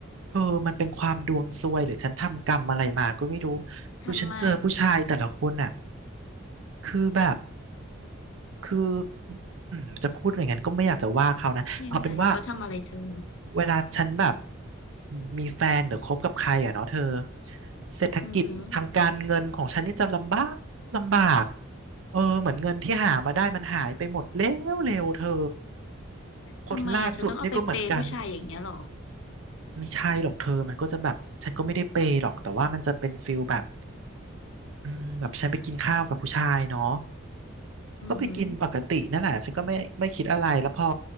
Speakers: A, on the right; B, on the left.
A: เธอมันเป็นความดวงซวยหรือฉันทำกรรมอะไรมาก็ไม่รู้คือฉันเจอผู้ชายแต่ละคนอ่ะ
B: ทำไม
A: คือแบบคืออืมจะพูดอย่างนั้นก็ไม่อยากจะว่าเขานะเอาเป็นว่า
B: ยังไงเขาทำอะไรเธอ
A: เวลาฉันแบบมีแฟนหรือคบกับใครอ่ะเนาะเธอเศรษฐกิจทางการเงินของฉันนี่จะลำบากลำบาก
B: อือหือ
A: เออเหมือนเงินที่หามาได้มันหายไปหมดแล้วเร็วเธอคนล่าสุดนี่ก็เหมือนกัน
B: ทำไมอ่ะเธอต้องเอาไปเปย์ผู้ชายอย่างเงี้ยหรอ
A: ไม่ใช่หรอกเธอมันก็จะแบบฉันก็ไม่ได้เปย์หรอกแต่ว่ามันจะเป็นฟิลแบบอืมแบบฉันไปกินข้าวกับผู้ชายเนาะ
B: อือหือ
A: ก็ไปกินปกตินั่นแหละฉันก็ไม่ไม่คิดอะไร แล้วพอ